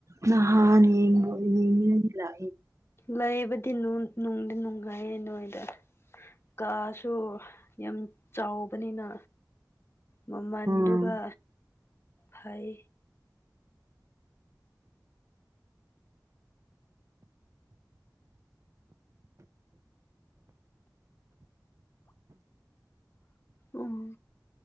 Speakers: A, on the right; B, on the left.
A: ꯅꯍꯥꯟ ꯏꯂ
B: ꯂꯩꯕꯗꯤ ꯅꯨꯡꯗꯤ ꯅꯨꯡꯉꯥꯏꯌꯦ ꯅꯣꯏꯗ ꯀꯥꯁꯨ ꯌꯥꯝ ꯆꯥꯎꯕꯅꯤꯅ ꯃꯃꯜꯗꯨꯒ
A: ꯎꯝ
B: ꯐꯩ ꯎꯝ